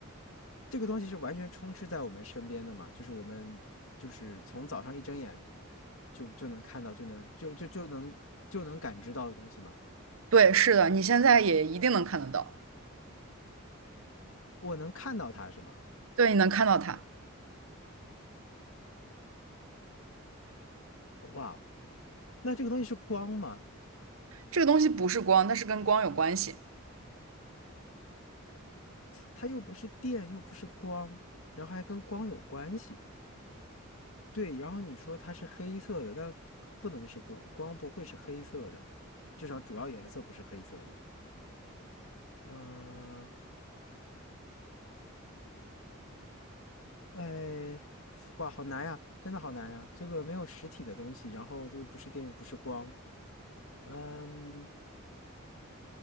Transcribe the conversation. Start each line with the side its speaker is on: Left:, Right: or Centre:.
Left: 这个东西是完全充斥在我们身边的嘛，就是我们就是从早上一睁眼就就能看到，就能就就就能就能感知到的东西嘛。
Right: 对，是的，你现在也一定能看得到。
Left: 我能看到它是吗？
Right: 对，你能看到它。
Left: 哇哦那这个东西是光吗？
Right: 这个东西不是光，但是跟光有关系。
Left: 它又不是电，又不是光，然后还跟光有关系。对，然后你说它是黑色的，但不不能是光，光不会是黑色的，至少主要颜色不是黑色的。嗯，哎，哇，好难呀，真的好难呀！这个没有实体的东西，然后又不是电，又不是光，嗯，